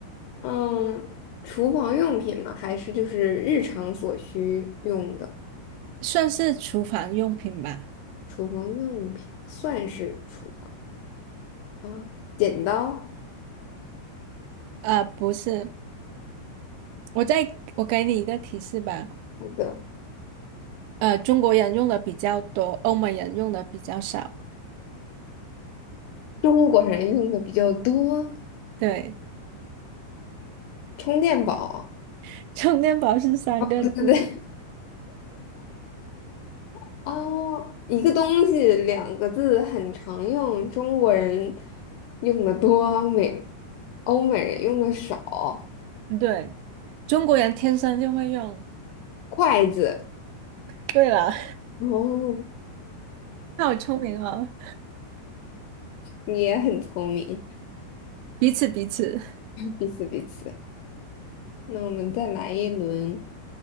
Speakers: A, on the left (about 80°); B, on the right (about 80°).
A: 嗯，厨房用品吗？还是就是日常所需用的
B: 算是厨房用品吧。
A: 厨房用品？算是厨房啊，剪刀。
B: 呃，不是，我再我给你一个提示吧，
A: 好的。
B: 呃，中国人用的比较多，欧美人用的比较少。
A: 中国人用的比较多，
B: 对，
A: 充电宝。
B: <laughs> 充电宝是三个字。
A: 对对对，<laughs> 哦，一个东西两个字很常用，中国人用的多，美欧美人用的少。
B: 嗯对，中国人天生就会用。
A: 筷子，
B: 对了，
A: 哦，
B: <laughs> 好聪明哦，
A: 你也很聪明，
B: 彼此彼此。
A: 彼此彼此。那我们再来一轮，